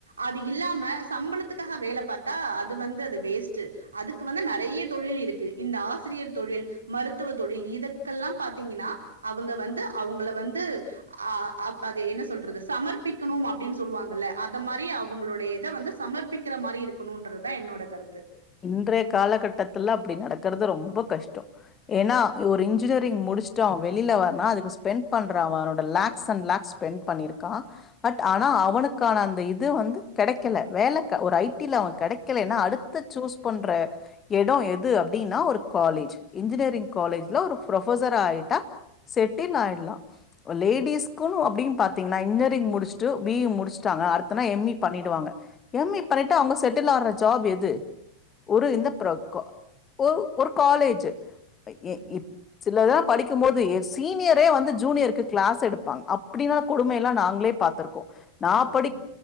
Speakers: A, on the right; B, on the left.
A: அது இல்லாம சம்பளத்துக்காக வேல பாத்தா அது வந்து அது வேஸ்ட்டு அதுக்கு வந்து நெறைய தொழில் இருக்கு இந்த ஆசிரியர் தொழில் மருத்துவ தொழில் இதக்கெல்லாம் பாத்தீங்கன்னா அவங்க வந்து அவங்கள வந்து அ அப் அது என்ன சொல்றது சமர்ப்பிக்கணும் அப்டின் சொல்லுவாங்கல்ல அத மாரி அவங்களோடைய இத வந்து சமர்ப்பிக்கிற மாரி இருக்கணுன்றதுதா என்னோட கருத்து
B: இன்றைய காலகட்டத்துல அப்டி நடக்குறது ரொம்ப கஷ்டோ ஏன்னா ஒரு இன்ஜினியரிங் முடுச்சுட்ட அவ வெளில வர்னா அதுக்கு ஸ்பெண்ட் பண்ற அவனோட லேக்ஸ் அண்ட் லேக்ஸ் ஸ்பெண்ட் பண்ணிருக்கா பட் ஆனா அவனுக்கான அந்த இது வந்து கெடைக்கல வேல ஒரு ஐடில அவ கெடைக்கலன்னா அடுத் து சூஸ் பண்ற எடோ எது அப்டின்னா ஒரு காலேஜ் இன்ஜினியரிங் காலேஜ்ல ஒரு ஃப்ரொபசர் ஆயிட்டா செட்டில் ஆயிடலா லேடிஸ்க்குன் அப்டின் பாத்தீங்கன்னா இன்ஜினியரிங் முடுச்சுட்டு பி இ முடுச்சுட்டாங்க அடுத்தனா எம் ஏ பண்ணிடுவாங்க எம் ஏ பண்ணிட்டு அவங்க செட்டில் ஆகுற ஜாப் எது ஒரு இந்த ப்ரொக்கோ ஒ ஒரு காலேஜூ ஏ
A: ம்,
B: இப் சிலதாப் படிக்கும் போது ஏ சீனியரே வந்து ஜூனியருக்கு கிளாஸ் எடுப்பாங் அப்டினா கொடுமையெல்லா நாங்ளே பாத்துருக்கோ நா
A: ம்.
B: படிக்